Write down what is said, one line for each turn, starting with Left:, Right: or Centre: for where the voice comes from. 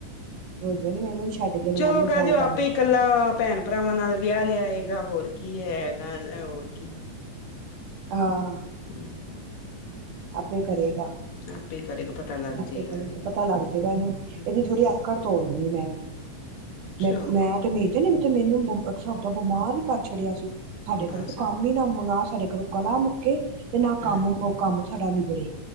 Right: ਰੋਜੀ ਕਹਿੰਦੀ ਮੈਨੂੰ ਵੀ ਛੱਡ। ਗਏ ਨੇ
Left: ਚਲੋ
Right: ਮਾਮੀ
Left: ਕਹਿ
Right: ਫੋਨ
Left: ਦਿਓ ਆਪੇ
Right: ਕਰਨਾ
Left: ਹੀ। ਕੱਲਾ ਭੈਣ ਭਰਾਵਾਂ ਨਾਲ ਵਿਆਹ ਲਿਆਏਗਾ, ਹੋਰ ਕੀ ਐ ਹੈਗਾ, ਇਹ ਹੋਰ ਕੀ।
Right: ਹਾਂ।
Left: ਅ ਹਮ।
Right: ਆਪੇ ਕਰੇਗਾ।
Left: ਆਪੇ ਕਰੇਗਾ ਪਤਾ ਲੱਗ
Right: ਆਪੇ
Left: ਜੇਗਾ
Right: ਕਰੇ ਤੇ ਪਤਾ ਲੱਗ ਜਾਏਗਾ ਇਹਨੂੰ
Left: ਹੂੰ
Right: ਇਹਦੀ ਥੋੜੀ ਅੱਕੜ ਤੋੜਨੀ ਮੈਂ।
Left: ਚਲੋ
Right: ਮੈਂ-ਮੈਂ ਤੇ ਵੇਖਿਆ ਨਹੀਂ <unintelligible> ਅੱਛਾ ਤਾ ਬਿਮਾਰ ਹੀ ਕਰ ਛੱਡਿਆ ਸੀ। ਸਾਡੇ
Left: ਬਸ
Right: ਘਰੇ ਤਾ ਕੰਮ ਹੀ ਇਹਨਾਂ ਹੋ, ਸਾਡੇ ਘਰੋਂ ਕਲਾ ਮੁੱਕੇ ਤੇ ਨਾ ਕੰਮ
Left: ਹੂੰ
Right: ਓਹ ਕੰਮ ਸਾਡਾ ਨਿਬੜੇ।